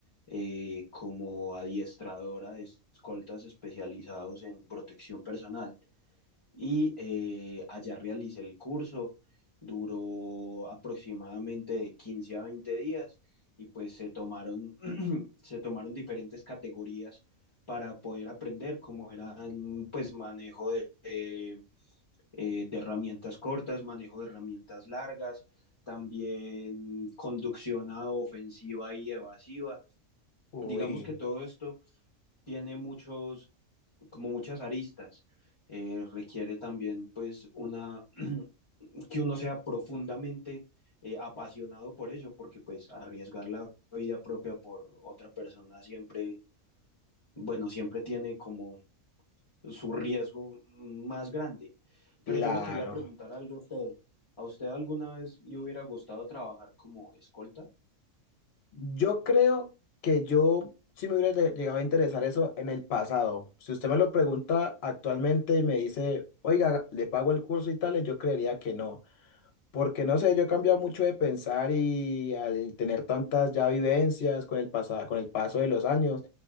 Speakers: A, on the left; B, on the left.
A: eh, como adiestradora de escoltas especializados en protección personal y eh, allá realicé el curso, duró aproximadamente de 15 a 20 días y pues se tomaron, <clears throat> <coughs> se tomaron diferentes categorías para poder aprender, como eran pues manejo de, de, de, herramientas cortas, manejo de herramientas largas, también conducción a ofensiva y evasiva.
B: Uy,
A: Digamos que todo esto tiene muchos como muchas aristas. Eh, requiere también pues una <clears throat> que uno sea profundamente eh, apasionado por ello, porque pues arriesgar la vida propia por otra persona siempre, bueno, siempre tiene como su riesgo más grande.
B: claro.
A: Pero yo le quería preguntar algo a usted. ¿A usted alguna vez le hubiera gustado trabajar como escolta?
B: Yo creo que yo sí me hubiera lle- llegado a interesar eso en el pasado. Si usted me lo pregunta actualmente y me dice, oiga, le pago el curso y tales, yo creería que no. Porque no sé, yo he cambiado mucho de pensar y al tener tantas ya vivencias con el pasa- con el paso de los años,